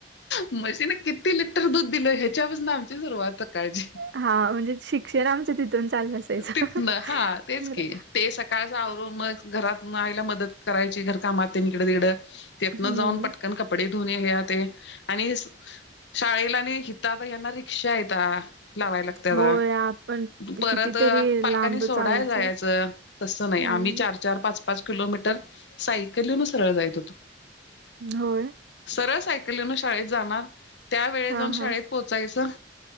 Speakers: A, on the left; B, on the right.
A: म्हशी ना किती लि दिल ह्याच्यापासून आमची सुरुवात सकाळची
B: हा म्हणजे शिक्षण आमचं तिथून चालू असायचं
A: तिथन हा तेच
B: खरं.
A: की ते सकाळ वर मग घरात मग आईला मदत करायची घर कामात तेन इकडं तिकडं. त्यातनं
B: हम्म
A: जाऊन पटकन कपडे धुन हे ते आणि शाळेला आणि हीत यांना रिक्षा हैता. लावाय लागते आता
B: होय आपण
A: परत
B: कितीतरी
A: पालकांनी
B: लांब
A: सोडा
B: चालत
A: जायच
B: जायचं.
A: तस नाही
B: हम्म
A: आम्ही चार चार पाच पाच किलोमीटर सायकल येऊन सरळ जायच होतो
B: होय.
A: सरळ सायकली येन शाळेत जाणार त्या वेळे
B: हा
A: जाऊन शाळेत
B: हा
A: पोहचायचं